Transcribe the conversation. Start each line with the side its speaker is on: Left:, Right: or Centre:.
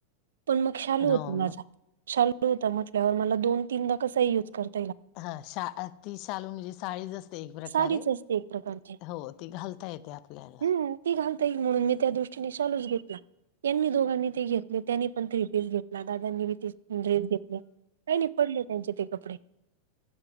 Right: पण मग शालू होता
Left: हो
Right: माझा
Left: ना
Right: शालू होता म्हटल्यावर मला दोन तीनदा कसाही युज करत.
Left: हा शा ती शालू म्हणजे साडीच असते एक प्रकारे
Right: साडीच असते एक प्रकारची
Left: हो तेी घालता येते आपल्याला
Right: हम्म ती घालता येई म्हणून मी त्या दृष्टीने चालूच घेतला. यांनी दोघांनी ते घेतले त्यांनी पण थ्री पीस घेतला दादांनीी ते ड्रेस घेतले काय नाही पडले त्यांचे ते कपडे